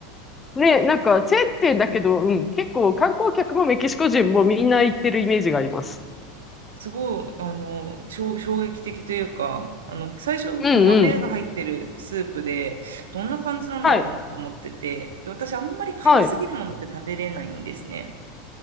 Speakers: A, on the left; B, on the right.
A: ね、なんか、チェーン店だけど、うん、結構観光客もメキシコ人もみんな行ってるイメージがあります。
B: すごい、あの、衝衝撃的というか、あの、最初、
A: うんうん。
B: こう、豆が入ってるスープで、どんな感じなんだろうなと思ってて、
A: はい。
B: で私、あんまり辛すぎるものって食べれないんですね。
A: はい。